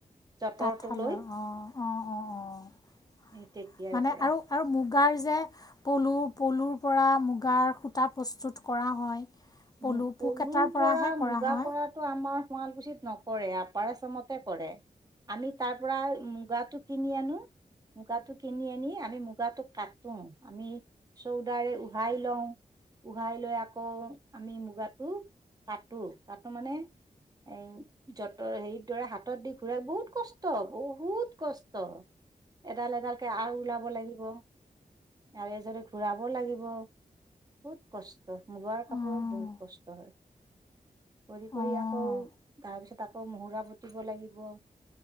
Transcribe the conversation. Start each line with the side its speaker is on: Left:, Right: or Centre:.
Right: যঁতৰটো
Left: তাঁতশালৰ,
Right: লৈ
Left: অ, ' অ', অ', অ',
Right: সেই তেতিয়াৰ
Left: মানে
Right: পৰা
Left: আৰু আৰু মুগাৰ যে, পলু-পলুৰ পৰা মুগাৰ সূতা প্ৰস্তুত কৰা হয়। পলু
Right: উম,
Left: পোক
Right: পলুৰ
Left: এটাৰ পৰাহে
Right: পৰা মুগা
Left: কৰা হয়
Right: কৰাটো আমাৰ শুৱালকুছিত নকৰে, আপাৰ আচামতে কৰে। আমি তাৰ পৰা মুগাটো কিনি আনো মুগাটো কিনি আনি আমি মুগাটো কাটো, আমি চৌদাৰে উহাই লওঁ। ওহাই লৈ আকৌ আমি মুগাটো কটো, কটো মানে এ যতৰ হেৰিৰ দৰে হাতত দি ঘুৰা বহুত কষ্ট কষ্ট বহুত কষ্ট, এডাল এডালকে আহ ওলাব লাগিব। আৰু এজৰটো ঘূৰাব লাগিব, বহুত কষ্ট মুগাৰ কাপোৰ
Left: অঁ
Right: ৰত বহুত কষ্ট হয়। কৰি কৰি
Left: অঁ
Right: আকৌ, তাৰপিছত আকৌ মহুৰা পুতিব লাগিব।